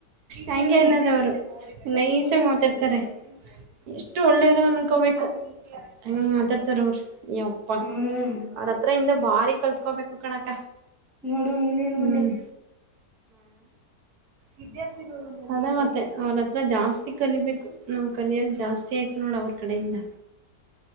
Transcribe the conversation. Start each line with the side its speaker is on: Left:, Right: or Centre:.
Right: ಹಂಗೆ
Centre: ಹ್ಮ್
Right: ಅನ್ನದವರು ನೈಸ್ ಆಗಿ ಮಾತಾಡ್ತಾರೆ ಎಷ್ಟು ಒಳ್ಳೇರ ಅನ್ಕೋಬೇಕು ಹಂಗ್ ಮಾತಾಡ್ತಾರ ಅವ್ರರು ಯಪ್ಪಾ
Centre: ಹ್ಮ್
Right: ಅವ್ರತ್ರ ಇಂದ ಬಾರಿ ಕಲ್ತ್ಕೋಬೇಕು ಕಣಕ್ಕ
Centre: ನೋಡು ಹಿಂದಿನ್
Right: ಹ್ಮ್
Centre: ಗುಂಟೆ <inaudible>
Right: ವಿದ್ಯಾರ್ಥಿಗಳು ಅದೇ ಮತ್ತೆ ಅವ್ರತ್ರ ಜಾಸ್ತಿ ಕಲಿಬೇಕು ನಾವ್ ಕಲಿಯೋದ್ ಜಾಸ್ತಿ ಐತೆ ನೋಡ ಅವ್ರ ಕಡೆಯಿಂದ
Centre: <inaudible>